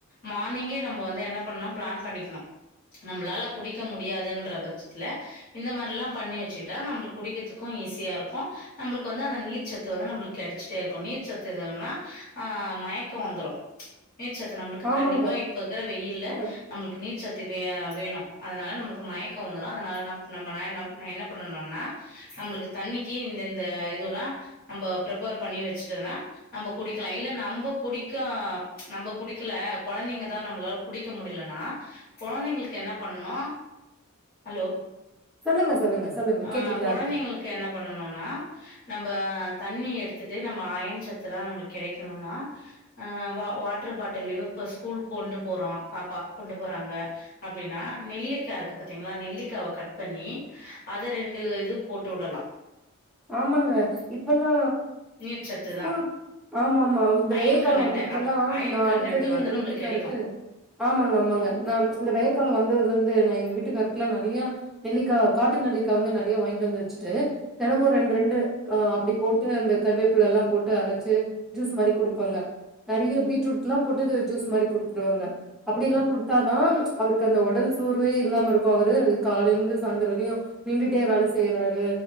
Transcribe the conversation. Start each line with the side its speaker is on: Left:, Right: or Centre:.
Left: மார்னிங்கே நம்ம வந்து என்ன பண்னு பிளேன் பண்ணிக்கணு நம்மளால குடிக்க முடியாதுன்ற பட்சத்துல இந்த மாரில்லாம் பண்ணி வெ ச்சுட்டா நம்மளுக்கு குடிக்குறதுக்கு ஈஸியா இருக்கு நம்மளுக்கு வந்து அந்த நீர்ச்சத்து வந்து நம்மளுக்கு கெடச்சுட்டே இருக்கு நீர்ச்சத்து இல்லனா அ மயக்கோ வந்துரு நீர்ச்சத்து நம்மளுக்கு
Centre: ஆமாங்க
Left: கண்டிப்பா இப்போ இருக்குற வெயில்ல
Centre: அ
Left: நம்மளுக்கு நீர்ச்சத்து வே வேணு அதனால நமக்கு மயக்கோ வந்துரு அதனால நம் நம்ம என்ன பண்ணனுன்னா நம்மளுக்கு தண்ணிக்கு இந்த இந்த இதுல்லா நம்ம பிரிப்பர் பண்ணி வெச்சுட்டோம்னா நம்ம குடிக்கலா இல்ல நம்ம குடிக்க நம்ப குடிக்கல கொழந்தைங்கதா நம்மளால குடிக்க முடிலன்னா கொழந்தைங்களுக்கு என்ன பண்ணனு ஹலோ
Centre: சொல்லுங்க சொல்லுங்க சொல்லுங்க
Left: ஆ
Centre: கேட்டுட்டுதா
Left: கொழந்தைங்களுக்கு
Centre: இருக்கே
Left: என்ன பண்ணனுன்னா நம்ப தண்ணி எடுத்துட்டு நம்ம அயன்ச்சத்துலா நம்மளுக்கு கெடைக்கணுன்னா அ வாட்ரு பாட்டுலயோ இப்ப ஸ்கூல் கொண்டு போறா பாப்பா கொண்டு போறாங்க அப்டின்னா நெல்லிக்கா இருக்கு பாத்தீங்களா நெல்லிக்காவ கட் பண்ணி அத ரெண்டு இது போட்டு உடலா
Centre: ஆமாங்க இப்பல்லா
Left: நீர்ச்சத்து
Centre: ஸ்கூல்
Left: தான்.
Centre: ஆமா ஆமா இந்த
Left: அயன்
Centre: வெயில் காலோ
Left: கண்டன்ட்
Centre: வந்தப்பலா
Left: அ அயன்
Centre: நா
Left: கண்டன்ட்
Centre: அடிக்கடி
Left: வந்து
Centre: எங்க
Left: நம்மளுக்கு
Centre: வீட்டுக்காருக்கு
Left: கெடைக்கும்.
Centre: ஆமாங்க ஆமாங்க நா இந்த வெயில் காலோ வந்ததுலிருந் து நா எங்க வீட்டுக்காருக்கு எல்லா நெறையா நெல்லிக்காவ காட்டு நெல்லிக்கா நெறையா வாங்கிட்டு வந்து வெச்சுட்டு தெனமு ரெண்ரெண்டு அ அப்டி போட்டு அந்த கருவேப்புள எல்லாம் போட்டு அரச்சு ஜூஸ் மாரி குடுப்பங்க நெறைய பீட்ரூட் எல்லாம் போட்டுது ஜூஸ் மாரி குடுத்துட்டு வருவ அப்டியெல்லா குடுத்தாதா அவருக்கு அந்த ஒடல் சோர்வே இல்லாம இருக்கு அவரு காலைல இருந்து சாயிந்துரோ வரையு நின்டுட்டே வேல செய்யறாரு